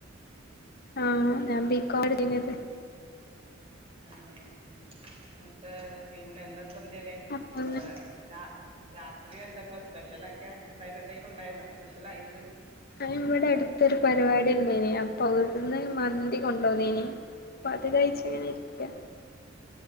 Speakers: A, on the left; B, on the right.
A: ആ ഞാൻ ബീക്കോ എടുത്തീന്നത്
B: ആണോ എന്നിട്ട് പിന്നെന്താ പൊന്തേനു
A: അപ്പൊ അങ്ങനെ
B: ആ രാ രാത്രി എന്താപ്പ സ്പെഷ്യലൊക്കെ ഉണ്ടായിരുന്നാ എന്തെങ്കിലും ഉണ്ടായിരു ന്നോ സ്പെഷ്യൽ ആയിട്ട്
A: ആ ഇവിടെ അടുത്തൊരു പരിപാടി ഉണ്ടായിന് അപ്പൊ അവിടുന്ന് മന്തി കൊണ്ടുവന്നിനു അപ്പ അത് കഴിച്ച് ഇങ്ങനെ ഇരിക്കാ